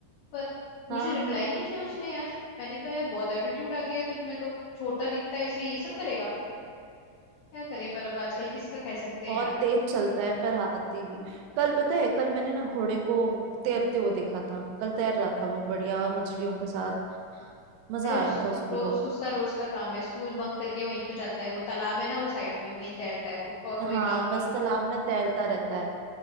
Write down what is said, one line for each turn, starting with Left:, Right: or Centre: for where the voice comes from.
Left: पर
Right: हाँ
Left: मुझे
Right: हाँ
Left: रिप्लाई नहीं किया उसने यार मैंने कहा यार बहुत एटीट्यूड आ गया है तुझमें तो छोटा दिखता है इसलिए ये सब करेगा क्या करें पर अब आजकल किसका कह सकते हैं
Right: बहुत
Left: यार
Right: तेज चलता है पर हाथी भी कल पता है कल मैंने ना घोड़े को तैरते हुए देखा था कल तैर रहा था वो बढ़िया मछलियों के साथ मजा
Left: अरे उस
Right: आ रहा था उसको
Left: रोज
Right: बहुत
Left: उसका रोज का काम है स्कूल बंक करके वहीं तो जाता है वो तालाब है ना वो साइड में वहीं तैरता है वो उसका और कोई
Right: हाँ
Left: काम नहीं
Right: बस
Left: है
Right: तालाब में तैरता रहता है